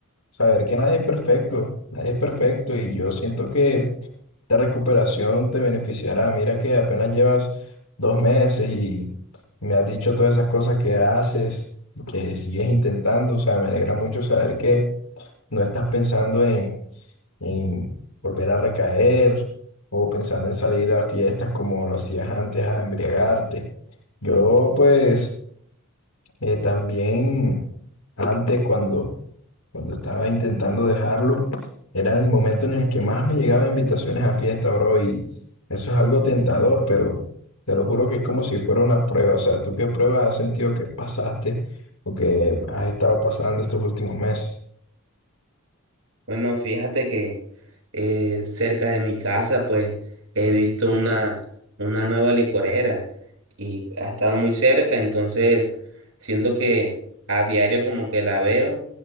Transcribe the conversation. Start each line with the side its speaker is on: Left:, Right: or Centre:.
Left: saber que nadie es perfecto, nadie es perfecto, y yo siento que Esta recuperación te beneficiará. Mira que apenas llevas dos meses y me has dicho todas esas cosas que haces, que sigues intentando. O sea, me alegra mucho saber que no estás pensando en, en volver a recaer o pensando en salir a fiestas como lo hacías antes, a embriagarte. Yo pues eh, también antes cuando cuando estaba intentando dejarlo, era el momento en el que más me llegaban invitaciones a fiesta, bro, y eso es algo tentador, pero te lo juro que es como si fuera una prueba. O sea, ¿tú qué pruebas has sentido que pasaste o que has estado pasando estos últimos meses?
Right: Bueno, fíjate que eh, cerca de mi casa, pues he visto una, una nueva licorera y ha estado muy cerca, entonces siento que a diario como que la veo